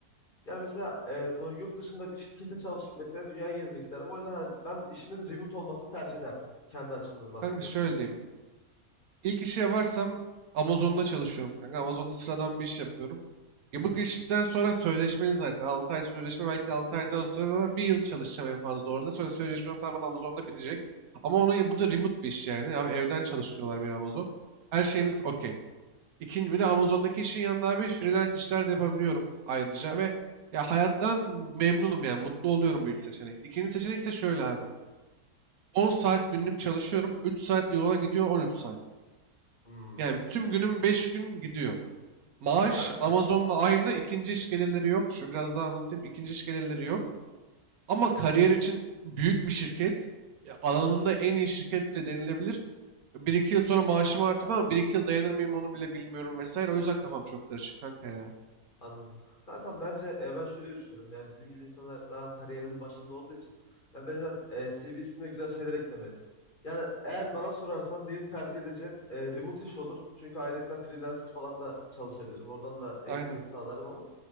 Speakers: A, on the left; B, on the right.
A: Yani mesela e, o yurt dışında bir şirkete çalışıp mesela dünyayı gezmek isterdim. O yüzden hani ben işimin remote olmasını tercih ederdim. Kendi açımdan bahsediyorum.
B: Kanka şöyle diyeyim. İlk işi yaparsam Amazon'da çalışıyorum kanka. Amazon'da sıradan bir iş yapıyorum. E bu
A: Hı hı.
B: işten sonra sözleşmeli zaten. 6 ay sözleşme belki 6 aydan sonra bir yıl çalışacağım en fazla orada. Sonra sözleşmem tamamen Amazon'da bitecek. Ama onun bu da remote bir iş yani. Abi evden çalıştırıyorlar beni Amazon. Her şeyimiz
A: Evet.
B: okey. İkinci, bir de Amazon'daki işin yanında abi freelance işler de yapabiliyorum ayrıca ve ya hayattan memnunum yani mutlu oluyorum bu ilk seçenek. İkinci seçenek ise şöyle abi. 10 saat günlük çalışıyorum. 3 saat de yola gidiyor 13 saat.
A: Hmm.
B: Yani tüm günüm 5 gün gidiyor. Maaş
A: Kanka
B: Amazon'la aynı. ikinci iş gelirleri yok. Şu biraz daha anlatayım. İkinci iş gelirleri yok. Ama kariyer için büyük bir şirket. ya Alanında en iyi şirket bile denilebilir. bir iki yıl sonra maaşım artıyor falan. bir iki yıl dayanır mıyım onu bile bilmiyorum vesaire. O yüzden kafam çok karışık kanka ya.
A: anladım. Kankam bence e, ben şöyle düşünüyorum. Yani bizim gibi insanlar daha kariyerinin başında olduğu için yani bence e, CV'sine güzel şeyler eklemeli. Yani eğer bana sorarsan benim tercih edeceğim e, remote iş olur. Çünkü ayrıyetten freelancer falan da çalışabilirim. Oradan da ek
B: Aynen.
A: gelir sağlarım ama